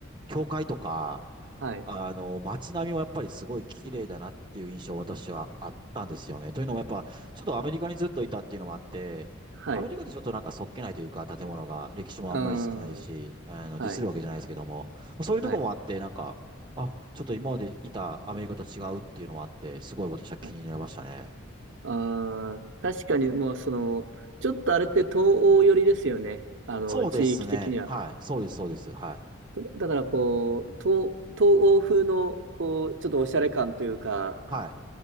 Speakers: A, on the right; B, on the right.
A: 教会とか、
B: はい。
A: あの、街並みもやっぱりすごい綺麗だなっていう印象私はあったんですよね。というのもやっぱ、ちょっとアメリカにずっといたっていうのもあって、
B: はい。
A: アメリカでちょっとなんかそっけないというか、
B: う
A: 建物が歴史もあんまり少ないし、
B: ーん。
A: あの、
B: はい。
A: ディスるわけじゃないですけども、そういうとこもあって、
B: はい。
A: なんか、あ、ちょっと今までいたアメリカと違うっていうのもあって、すごい私は気になりましたね。
B: はい。あー、確かにもうその、ちょっとあれって東欧寄りですよね。あの、
A: そうですね。
B: 地域的には。
A: はい。そうです、そうです。はい。
B: だだからこう、東、東欧風の、こう、ちょっとおしゃれ感というか、
A: はい。